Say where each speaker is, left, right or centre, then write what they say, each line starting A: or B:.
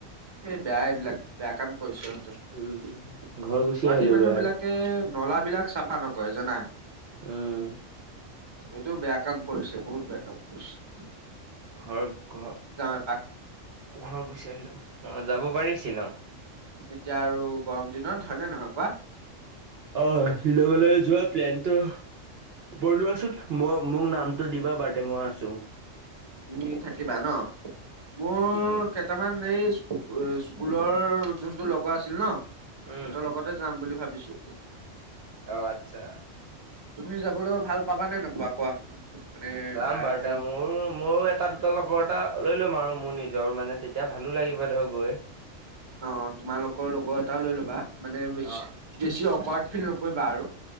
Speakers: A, on the right (about 20°); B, on the right (about 55°).
A: এই বেয়া এইবিলাক বেয়া কাম কৰিছে ইহঁতে।
B: উম
A: গুৱাহাটী
B: ঘৰ গুচি আহিলোগৈ
A: মানুহবিলাকে
B: আৰু
A: নলাবিলাক চাফা নকৰে জানা।
B: উম
A: এইটো বেয়া কাম কৰিছে বহুত বেয়া কাম কৰিছে।
B: ঘৰ ঘৰ
A: এপাক।
B: ঘৰ গুচি আহিলো, অ যাব পাৰি শ্বিলং।
A: এতিয়া আৰু গৰম দিনত হয়নে নহয় কোৱা?
B: অ শিলংলৈ যোৱা প্লেনটো বনোৱাচোন মই মোক নাম দিবা বাদে মই আছোঁ।
A: তুমি থাকিবা ন মোৰ
B: উম
A: কে দুতামান এই স্কুলৰ যোনটো লগৰ আছিল ন সিহঁতৰ
B: উম
A: লগতে যাম বুলি ভাবিছো।
B: অ আচ্ছা।
A: তুমি যাবলৈ ভাল পাবা নে নোপোৱা কোৱা? মানে
B: চাম
A: বেয়া
B: বাৰু
A: অকমান
B: তা মোৰো মোৰ মৌ এটা দুটা লগৰ এটা লৈ ল'ম আৰু মোৰ নিজৰ মানে তেতিয়া ভালো লাগিব। ধৰ গৈ।
A: অ তোমালোকৰ লগৰ এটাও লৈ ল'বা, মানে বিশ্বাস
B: অ',
A: বেছি অকাথ ফিল নকৰিবা আৰু।